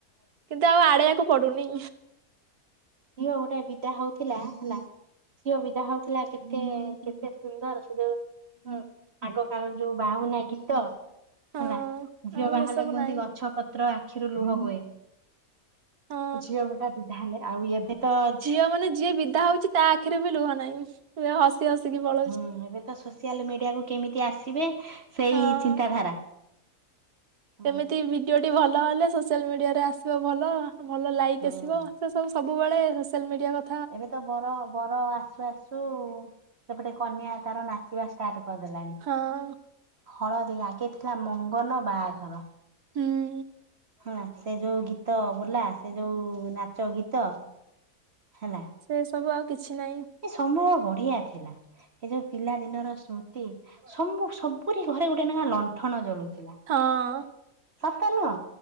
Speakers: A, on the right; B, on the right.
A: କିନ୍ତୁ ଆଉ ଆଡେଇଆକୁ ପଡୁନି।
B: ଝିଅ ଗୋଟେ ବିଦା ହଉଥିଲା ହେଲା ଝିଅ ବିଦା ହଉଥିଲା କେତେ -କେତେ ସୁନ୍ଦର ସେ ଯୋଉ ହୁଁ ଆଗକାଳରେ ଯୋଉ ବାହୁନା ଗୀତ
A: ହଁ
B: ହେଲା ଝିଅ
A: ଆଉ
B: ବାହାହେଲେ
A: ଏସବୁ
B: କୁହନ୍ତି
A: ନାହିଁ
B: ଗଛ ପତ୍ର ଆଖିରୁ ଲୁହ ବୋହେ।
A: ହଁ।
B: ଝିଅ ଗୋଟାଏ ବିଧା ହେଲେ ଆଉ ଏବେ ତ ଛି
A: ତା ମାନେ ଯିଏ ବିଦା ହଉଚି ତା ଆଖିରେ ବି ଲୁହ ନାହିଁ ସେ ହସ୍ ହସି ହସି କି ପଳ
B: ହୁଁ ଏବେ ତ ସୋସିଆଲ ମିଡିଆକୁୁ କେମିତି ଆସିବେ ସେଇ
A: ହଁ।
B: ଚିନ୍ତାଧାରା। ହଁ
A: କେମିତି ଭିଡିଓ ଟି ଭଲ ହେଲେ ସୋସିଆଲ୍ ମିଡିଆରେ ଆସିବ ଭଲ। ଭଲ ଲାଇକ୍
B: ହଁ
A: ଆସିବ ସସବୁ ସବୁବେଳେ ସୋସିଆଲ୍ ମିଡିଆର
B: ଏବେ ତ ବର ବର ଆସୁ ଆସୁ ସେପଟେ କନ୍ୟା ତାର ନା ଚିବା ଷ୍ଟାର୍ଟ କରିଦେଲାଣି
A: ହଁ
B: ହଳଦୀ ଆଗେ ଥିଲା ମଙ୍ଗନ, ବାହାଘର।
A: ହୁଁ।
B: ହେଲା ସେ ଯୋଉ ଗୀତ ବୋଲା ସେ ଯୋଉ ନାଚ ଗୀତ ହେଲା
A: ସେ ସବୁ ଆଉ କିଛି ନାହିଁ।
B: ସେ ସମୟ ବଢିଆ ଥିଲା। ହେ ଯୋଉ ପିଲା ଦିନର ସ୍ମୃତି ସବୁ- ସବୁରି ଘରେ ଗୋଟେ ନେଖା ଲଣ୍ଠନ ଜଳୁଥିଲା।
A: ହଁ।
B: ସତ ନୁହଁ